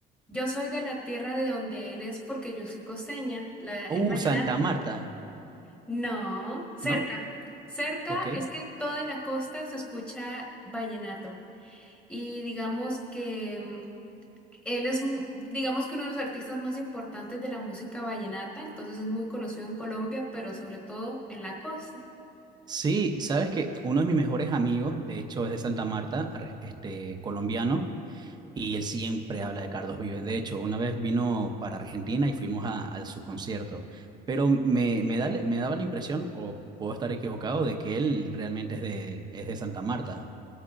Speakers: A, in the centre; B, on the right.
A: Yo soy de la tierra de donde él es porque yo soy costeña. La, el
B: Uh,
A: vallenato.
B: Santa Marta,
A: No, cerca.
B: ¿no?
A: Cerca
B: Ok.
A: es que toda la costa se escucha vallenato. Y digamos que mm, él es, mu- digamos que uno de los artistas más importantes de la música vallenata, entonces es muy conocido en Colombia, pero sobre todo en la costa.
B: Sí, sabes que uno de mis mejores amigos, de hecho, es de Santa Marta, ar- este, colombiano. Y él siempre habla de Carlos Vives. De hecho, una vez vino para Argentina y fuimos a, a su concierto. Pero me, me, da, me daba la impresión, o puedo estar equivocado, de que él realmente es de, es de Santa Marta,